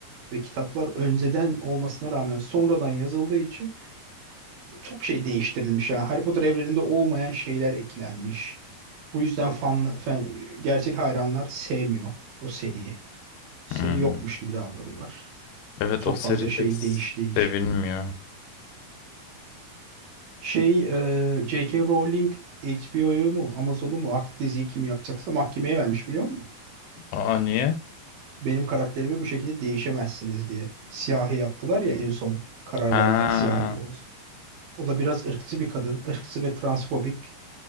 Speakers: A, on the right; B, on the left.
A: ve kitaplar önceden olmasına rağmen sonradan yazıldığı için çok şey değiştirilmiş. Yani Harry Potter evreninde olmayan şeyler eklenmiş. Bu yüzden fan, fan- gerçek hayranlar sevmiyor o seriyi. Seri
B: Hmm.
A: yokmuş gibi davranıyorlar.
B: Evet
A: Çok
B: o seri
A: fazla şey
B: pek
A: değiştiği için.
B: sevilmiyor.
A: Şey, e, J.K. Rowling HBO'yu mu Amazon'u mu artık diziyi kim yapacaksa mahkemeye vermiş biliyor musun?
B: Aa niye?
A: benim karakterimi bu şekilde değişemezsiniz diye. Siyahi yaptılar ya en son karar
B: Ha
A: verdiler siyahi biri olsun. O da biraz ırkçı bir kadın. ırkçı ve transfobik.